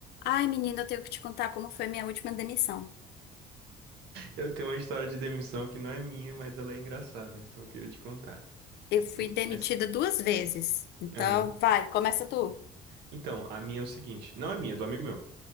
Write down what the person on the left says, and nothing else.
Ai, menina, eu tenho que te contar como foi minha última demissão.
Eu fui demitida
duas vezes. Então,
vai, começa tu.